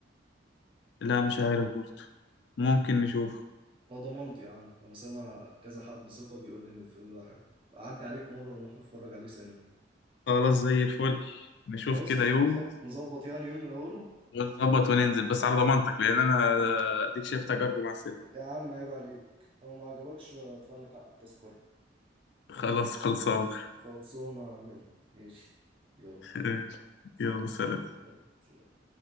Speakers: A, on the left; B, on the right.
A: لا مش عارف برضه ممكن نشوف
B: على ضمانتي يا عم وانا سامع كذا حد ثقة بيقول لي ان الفيلم ده حلو اعدي عليك مرة ونروح نتفرج عليه سينما
A: خلاص زي الفل نشوف
B: خلاص
A: كده يوم
B: نظبط نظبط يعني يوم من اوله
A: ونظبط وننزل بس على ضمانتك لان انا اديك شايف تجاربي مع السينما
B: يا عم عيب عليك لو ما عجبكش ادفع لك حق التذكرة
A: خلاص خلصان
B: خلصونا منه ماشي يلا
A: <laughs>
B: سلام
A: يلا سلام
B: يلا سلام